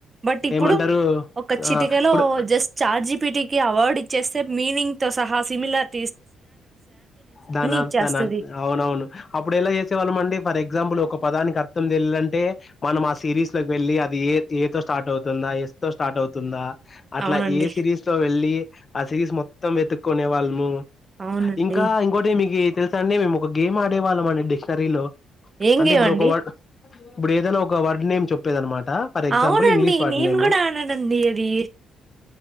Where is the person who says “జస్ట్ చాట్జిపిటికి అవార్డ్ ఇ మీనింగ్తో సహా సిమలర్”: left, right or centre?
Right